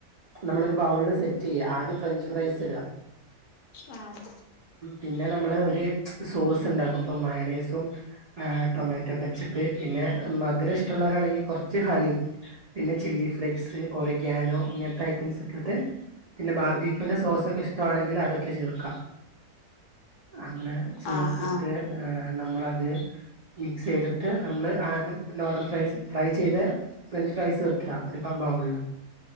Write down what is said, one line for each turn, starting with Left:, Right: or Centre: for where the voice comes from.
Right: നമ്മളരു ബൗളില് സെറ്റ് ചെയ്യുക, ആദ്യം ഫ്രഞ്ച് ഫ്രൈസ് ഇട
Left: ആഹ്
Right: പിന്നെ നമ്മള് ഒര് സോസ് ഉണ്ടാക്കുംപോ മയോണയ്സും ആ ടൊമാറ്റോ കെച്ചപ്പ്, പിന്നെ മധുര ഇഷ്ടള്ളോരാ ണെങ്കിൽ കുറച്ച് ഹണി പിന്നെ ചില്ലി ഫ്ലേക്സ്, ഓറിഗാനോ ഇങ്ങനത്തെ ഐറ്റംസ് ഇട്ടിട്ട്.... പിന്നെ ബാർബിക്യുന്റെ സോസൊക്കെ ഇഷ്ടമാണെങ്കിൽ, അതൊക്കെ ചേർക്കാം അങ്ങനെ ചേർത്തിട്ട്
Left: ആഹ് ആഹ്
Right: ഹേ നമ്മളത്, മിക്സ് ചെയ്തിട്ട് നമ്മൾ ആദ്യം ലോഡഡ് ഫ്രൈസ് ഫ്രൈ ചെയ്ത് ഫ്രഞ്ച് ഫ്രൈസ് വെക്ക അടിപ്പാമ്പാവുള്ള്.